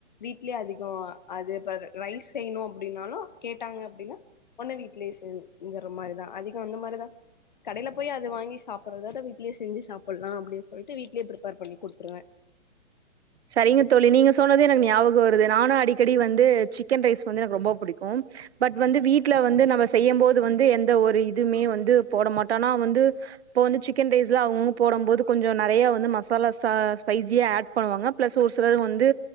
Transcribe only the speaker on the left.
வீட்லயே அதிகோ அது இப்ப ரைஸ் செய்யணு அப்டின்னாலு கேட்டாங்க அப்டினா ஒன்னு வீட்லயே செஞ்கற மாரிதா அதிகோ அந்த மாரிதா கடேல போயி அது வாங்கி சாப்பற்றத விட வீட்லயே செஞ்சு சாப்பல்லா அப்படின் சொல்ட்டு வீட்லயே பிரிப்பேர் பண்ணி குடுத்துருவே